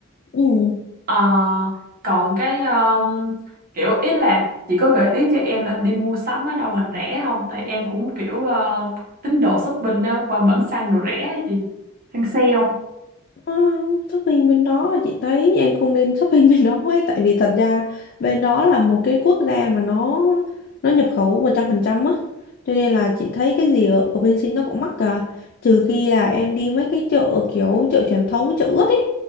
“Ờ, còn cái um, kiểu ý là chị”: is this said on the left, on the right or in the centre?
Right